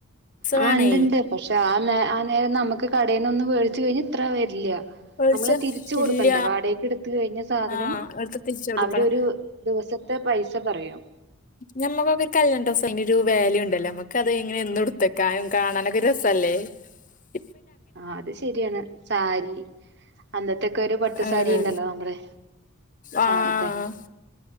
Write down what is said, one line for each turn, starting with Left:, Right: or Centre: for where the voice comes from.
Right: ആ
Left: വേണേ
Right: ഇണ്ടിണ്ട് പക്ഷെ ആ നേ ആ നേരം നമ്മുക്ക് കടേന്നൊന്ന് വേടിച്ച് കഴിഞ്ഞ ഇത്ര വരില്യ
Left: മേടിച്ച
Right: നമ്മള് തിരിച്ച് കൊടുക്കണ്ടേ
Left: ഇല്ല
Right: വാടകക്ക് എടുത്ത് കഴിഞ്ഞാ സാധനം
Left: ആഹ് എടുത്ത് തിരിച്ചു കൊടുക്കണം
Right: അവര് ഒരു ദിവസത്തെ പൈസ പറയും
Left: നമ്മുക്കൊക്കെ ഒരു കല്യാണം ഡ്രസ്സ് അയിനൊരു വാല്യുണ്ടല്ലേ അമ്മുക്കത് ഇങ്ങനെ എന്ന് എടുത്തക്കാനും കാണാനൊക്കെ ഒരു രസം അല്ലേ <inaudible>
Right: ആ അത് ശരിയാണ് സാരി അന്നത്തെക്കൊരു പട്ട്
Left: ആഹ്
Right: സാരി ഇണ്ടല്ലോ മ്പടെ
Left: ആഹ്
Right: സമയത്തെ